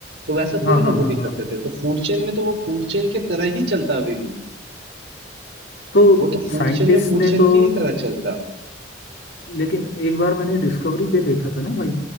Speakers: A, on the right (about 65°); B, on the left (about 65°).
A: तो वैसा थोड़ी
B: हाँ
A: ना
B: हाँ
A: वो
B: हाँ
A: भी
B: हाँ
A: करते थे तो फूड चेन में तो वो फूड चेन के तरह ही चलता अभी भी
B: तो
A: वो तो फूड
B: साइंटिस्ट
A: चेन में फूड
B: ने
A: चेन
B: तो
A: की ही तरह चलता
B: लेकिन एक बार मैंने डिस्कवरी पे देखा था ना भाई